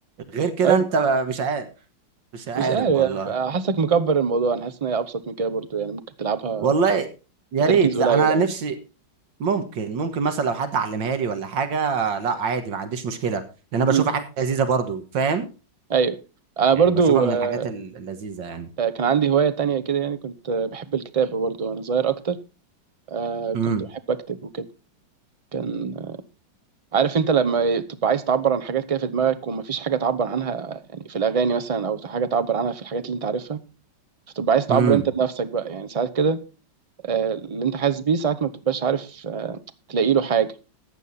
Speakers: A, on the right; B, on the right.
A: غير كده
B: طيب
A: انت مش عارف مش عارف
B: مش عارف
A: والله
B: آه، حاسك مكبر الموضوع انا حاسس ان هي ابسط من كده برضو يعني ممكن تلعبها
A: والله يا
B: بتركيز
A: ريت
B: قليل
A: لا انا
B: عادي
A: نفسي ممكن ممكن مثلا لو حد علمها لي ولا حاجه لا عادي ما عنديش مشكله لان انا بشوفها
B: امم
A: حاجه لذيذه برضو فاهم
B: ايوه انا
A: يعني
B: برضو
A: بشوفها من
B: آه،
A: الحاجات ال- اللذيذه يعني
B: آه، كان عندي هواية تانية كده يعني كنت آه، بحب الكتابة برضو وانا صغير اكتر آه،
A: امم
B: كنت بحب اكتب وكده كان عارف انت لما تبقى عايز تعبر عن حاجات كده في دماغك ومفيش حاجه تعبر عنها يعني في الاغاني مثلا او حاجه تعبر عنها في الحاجات اللي انت عارفها فتبقى عايز تعبر
A: امم
B: انت بنفسك بقى يعني ساعات كده آه، اللي انت حاسس بيه ساعات ما بتبقاش عارف آه، تلاقي له حاجه